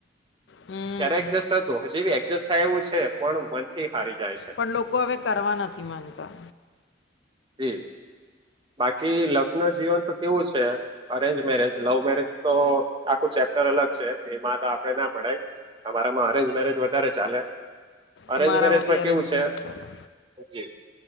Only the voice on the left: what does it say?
હમ
પણ લોકો હવે કરવા નથી માંગતા.
અમારામાં
બી
અરેન્જ
મેરેજ ચાલે